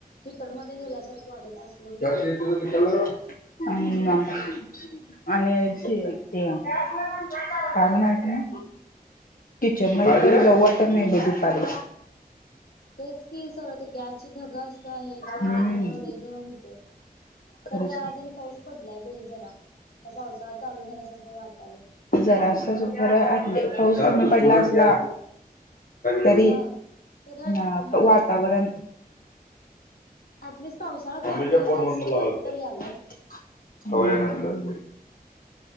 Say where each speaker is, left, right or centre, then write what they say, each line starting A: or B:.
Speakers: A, on the left; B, on the left.
A: हिटरमध्ये घेयल्यासारखं वाटत अस
B: <unintelligible> अम् <unintelligible> आणि ती, ते <unintelligible> काय म्हनाल तो मी? किचन मध्ये तरी जाऊ वाटत
A: काय?
B: नाही बाई दुपारी.
A: तेच कि सगळ ते गॅस धगा असतया हे ते
B: हम्म
A: त्याच्यामुळे लई गरम होतई.
B: खरंच
A: तरी आज
B: की
A: आणि पाऊस पडलाय बई जरा, आता पावसाळा चालू झाल्यासारखं वाटालंय.
B: जरा अस च बर आटले पाऊस कमी पडला असला तरी,
A: हा. तर
B: अ
A: हा
B: वातावरण
A: अटलिस्ट पावसाळा
B: मम्मीच्या
A: चालू हा
B: फोनवरन
A: असं
B: लावायला
A: वाईब
B: पाहिजे
A: तरी याल्यात.
B: <unintelligible>